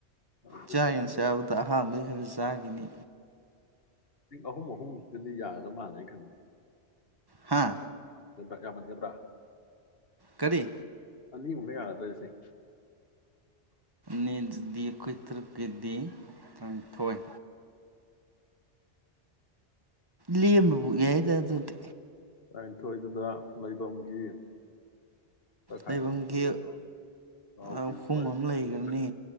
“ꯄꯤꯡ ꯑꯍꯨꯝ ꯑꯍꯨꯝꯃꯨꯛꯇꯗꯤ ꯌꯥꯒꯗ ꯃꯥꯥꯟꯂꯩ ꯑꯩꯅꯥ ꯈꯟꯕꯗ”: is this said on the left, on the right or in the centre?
Left